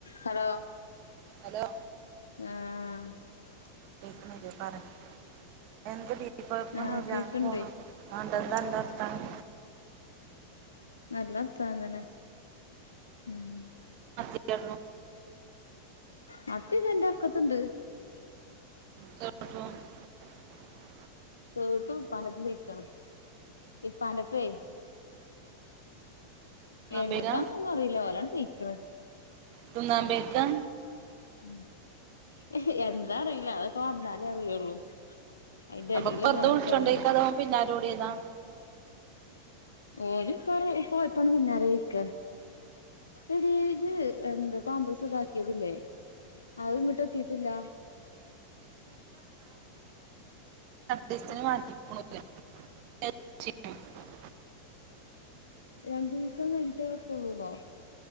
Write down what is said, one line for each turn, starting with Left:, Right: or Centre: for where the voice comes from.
Left: ഹലോ
Right: ഹലോ
Left: അആ....
Right: കേൾകുന്നില്ല പറയ്. എന്ത് ഡീ കൊഴപ്പൊന്നും
Left: ആഹ്
Right: ഇല്ലാ
Left: കേക്ക്ണ്ടേ
Right: ഇങ്ങനെപോണ് ന്താ ൻ്റർത്താനം
Left: നല്ലവർത്താനം തന്നെ, ഉം
Right: അതെ
Left: മറ്റെ ഇതാ എന്റെ ഒക്കത്ത്ണ്ട്
Right: കോട്ടോ <inaudible>
Left: സേട്ടു ഇപ്പാൻ്റെപ്പം വെയ്കാണ് ഇപ്പാൻ്റപ്പേ.. എങ്ങെട്ടാന്നെന്നും
Right: പോയിക്കാ
Left: അറിയില്ല ഓരാണ്ട് പെയ്ക്ണ്
Right: തിന്നാം പോയ്‌കാ..
Left: ഹ്.. ഹ് എന്താ അറിയില്ല. അതൊക്കെ, വന്നാ അറിയെള്ളൂ. അയിൻ്റെടീലെന്നും
Right: അപ്പൊ വെറുതെ
Left: മ്മക്കറീല
Right: വിളിച്ചോണ്ടേക്കാ അതോ ഓൻ പിന്നാലെ ഓടിയതാ
Left: ഓല് ഇപ്പർ ഇപ്പേയപ്പാണ്ട് പിന്നാലെ പേയ്ക്ക എടീ ജ് എന്ത് പാമ്പസ് ഇതാക്കിയതില്ലേ അഹ് ഇങ്ങട്ട് കിട്ടില്ലാ...
Right: ദേശത്തിന് മാറ്റ <unintelligible>
Left: രണ്ടു ഈസം കഴിഞിട്ടേ പറ്റെള്ളൂന്നോ